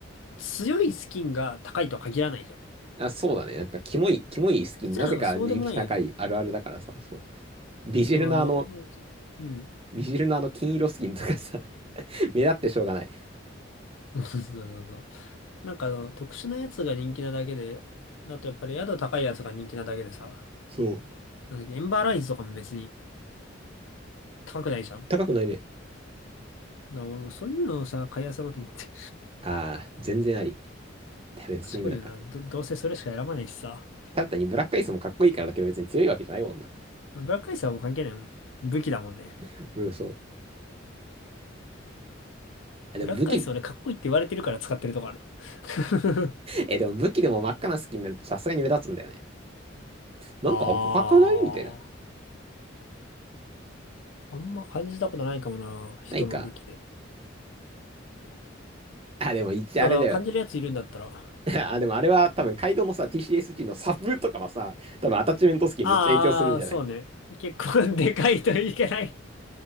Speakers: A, on the left; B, on the right.
A: 強いスキンが高いとは限らないじゃん。
B: あ、そうだね。なんか、キモい、キモいスキン、
A: 実はなんかそうでもないよね。
B: なぜか人気高いあるあるだからさ、そう。ビジルのあの、
A: そう、あの、もうじうん。
B: ビジルのあの金色スキンとかさ、<laughs> 目立ってしょうがない。
A: <laughs> そうそうそう。なんかあの、特殊なやつが人気なだけで、だとやっぱり宿高いやつが人気なだけでさ、
B: そう。
A: なんだっけ、エンバーライズとかも別に高くないじゃん。だ
B: 高くないね。
A: から俺もそういうのをさ、買い漁ろうと思って。
B: ああ、全然あり。や別になんか、
A: 賢いよな。ど、どうせそれしか選ばねえしさ。
B: ただ単にブラックアイスもかっこいいからだけど別に強いわけじゃないもんな。
A: ブラックアイスはもう関係ないもん。武器だもんね。
B: <laughs> うん、そう。あでも武器、
A: ブラックアイス俺かっこいいって言われてるから使ってるとこある。<laughs>
B: え、でも武器でも真っ赤なスキンになるとさすがに目立つんだよね。なんか赤くないみたいな。
A: ああ、あんま感じたことないかもな。人の武器で。
B: ないか。あ、でも一応あれだよ。
A: ただ、感じるやついるんだったら。
B: <laughs> あ、でもあれは多分カイドウのさ、TCSG のサブとかはさ、多分アタッチメントスキンめっちゃ影響するんじゃない
A: ああ、そうね。結構 <laughs> でかいといけない。